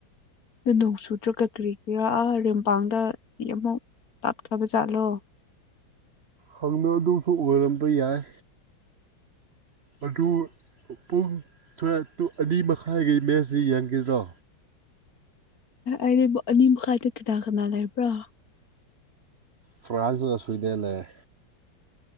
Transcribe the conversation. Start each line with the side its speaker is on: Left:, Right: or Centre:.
Left: ꯅ ꯅꯣꯡ ꯁꯨꯗ꯭ꯔꯣ ꯀꯀ꯭ꯔꯤ ꯏꯔꯥ ꯔꯤꯨꯝꯄꯥꯡꯗ ꯑꯃꯨꯛ ꯇꯞꯈ꯭ꯔꯕꯖꯥꯠꯂꯣ
Right: ꯍꯪꯅꯗꯨꯁꯨ ꯑꯣꯏꯔꯝꯕ ꯌꯥꯏ ꯑꯗꯨ ꯄꯨꯡ ꯊ ꯑꯅꯤ ꯃꯈꯥꯏꯒꯤ ꯃꯦꯁꯁꯤ ꯌꯦꯟꯒꯗ꯭ꯔꯣ
Left: ꯑꯗꯤ ꯑꯅꯤꯝ ꯈꯥꯏꯇ ꯀꯅꯥ ꯀꯅꯥ ꯂꯩꯦ ꯄꯨ꯭ꯔꯥ
Right: ꯐ꯭ꯔꯥꯟꯁ ꯑꯁꯕꯤꯗ ꯂꯩ